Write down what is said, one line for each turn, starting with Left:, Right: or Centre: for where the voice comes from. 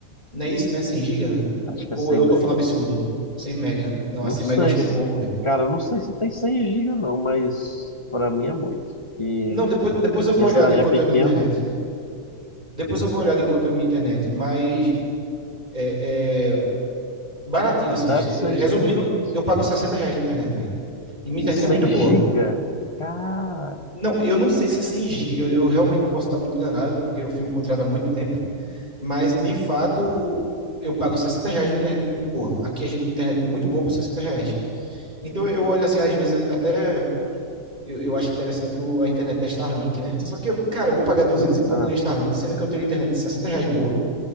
Right: Não é isso, né? cem giga?
Left: acho
Right: Ou
Left: que é 100
Right: eu
Left: mega.
Right: tô falando absurdo? cem mega. Não,
Left: Não
Right: 100
Left: sei
Right: mega eu acho que
Left: se,
Right: é pouco, velho.
Left: cara, eu não sei se tem 100 gigas não, mas pra mim é muito. E
Right: Não, depois, depois eu vou
Left: minha
Right: olhar
Left: cidade
Right: de quanto
Left: é pequena,
Right: é a minha internet. Depois eu vou olhar de quanto é a minha internet, mas é, é, baratinho,
Left: mas
Right: assim.
Left: deve ser isso
Right: Resumindo,
Left: aí mesmo.
Right: eu pago 60 reais de internet, velho. E minha
Left: E
Right: internet
Left: 100
Right: é muito
Left: giga?
Right: boa.
Left: Cara,
Right: Não, eu não sei se é 100 GB, eu, realmente posso estar muito enganado, porque eu fui o contrato há muito tempo, mas de fato eu pago 60 reais numa internet muito boa. Aqui a gente tem internet muito boa por 60 reais. Então eu olho assim, às vezes até eu, eu acho interessante o- a internet da Starlink, né? Só que, eu, cara, eu vou pagar duzentos e pouco
Left: ah,
Right: na Starlink, sendo que eu tenho internet de 60 reais boa.